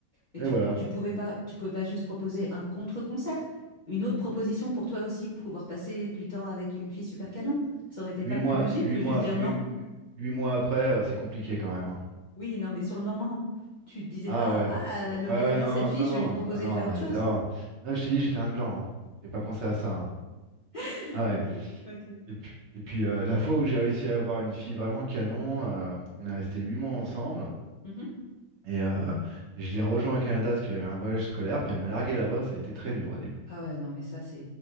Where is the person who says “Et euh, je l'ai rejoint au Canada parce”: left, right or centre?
Right